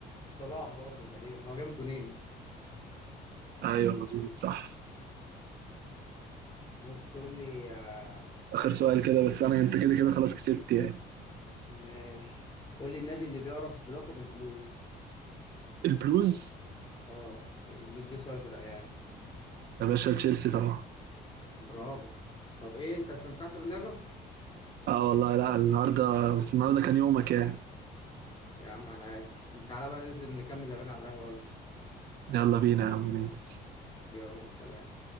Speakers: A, on the left; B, on the right.
A: صلاح برضه تقريبا هو جاب الجونين
B: ايوه مظبوط صح
A: ممكن تقول لي آه،
B: اخر سؤال كده بس انا انت كده كده خلاص كسبت يعني
A: ماشي قول لي النادي اللي بيعرف بلقب البلوز
B: البلوز
A: اه اللي بيلبسوا ازرق يعني
B: يا باشا تشيلسي طبعا
A: برافو طب ايه انت استمتعت باللعبه
B: اه والله لا النهارده بس النهارده كان يومك يعني
A: يا عم على عادي تعالى بقى ننزل نكمل لعبنا على القهوه
B: يلا بينا يا عم ننزل
A: يلا سلام